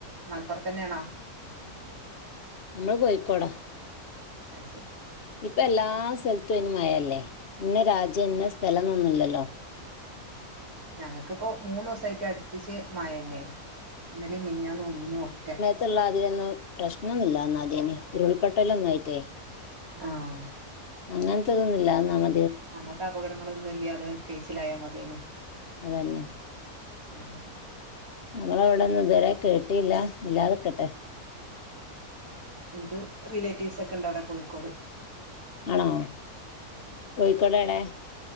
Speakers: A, on the right; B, on the left.
A: മൽപൊർതന്നെയാണോ
B: നമ്മള് കോയിക്കോടാ
A: അത് ശരി
B: ഇപ്പ എല്ലാ സലത്തും അയ്‌ന് മയാല്ലേ ഇന്ന രാജ്യം ഇന്ന സ്ഥലംന്നൊന്നുല്ലല്ലോ
A: ഞങ്ങക്കിപ്പോ മൂന്നുസയിറ്റ് അടുപ്പിച്ച് മയന്നെണ് ഇന്നലേം മിനിഞ്ഞന്നും ഒന്നും ഒക്കെ
B: ത്ള്ള ആത്യെന്നും പ്രശ്നൊന്നില്ലാ എന്നാദേന് ഉരുൾപ്പൊട്ടല്ലോന്നായിറ്റേ
A: ആഹ്
B: അങ്ങൻതിതൊന്നുല്ല നമ
A: അങ്ങത്തപകടങ്ങളൊന്നുല്ല്യാതെ കേസിലായാ മതിന്ന്
B: അതന്നെ
A: ഉം
B: നമ്മള അവിടന്ന് ഇതുവരെ കേട്ടില്ല ഇല്ലാത്ക്കട്ടെ
A: ഇൻക്ക് റിലേറ്റീവ്സ് ഒക്കെണ്ട് അവിടെ കോയിക്കോട്
B: അണോ കോയിക്കോട് എടെ